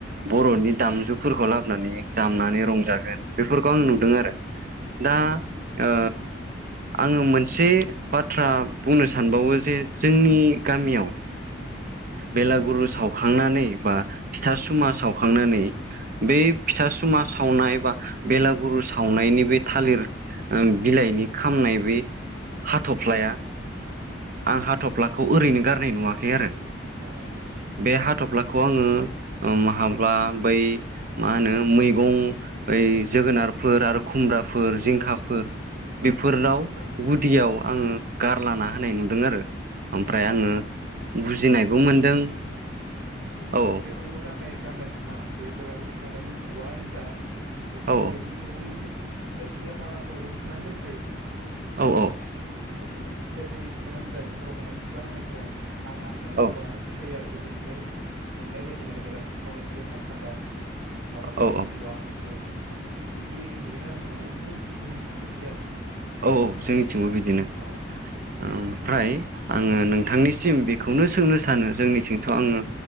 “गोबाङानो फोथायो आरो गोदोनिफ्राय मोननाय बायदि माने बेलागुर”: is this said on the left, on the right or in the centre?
Right